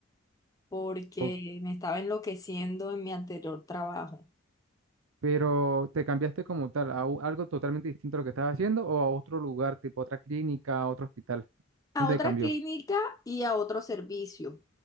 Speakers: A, on the left; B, on the right.
A: porque
B: O-
A: me estaba enloqueciendo en mi anterior trabajo.
B: pero te cambiaste como tal a u- algo totalmente distinto a lo que estabas haciendo o a otro lugar, tipo otra clínica, otro hospital.
A: a
B: ¿Dónde
A: otra
B: te cambió?
A: clínica y a otro servicio,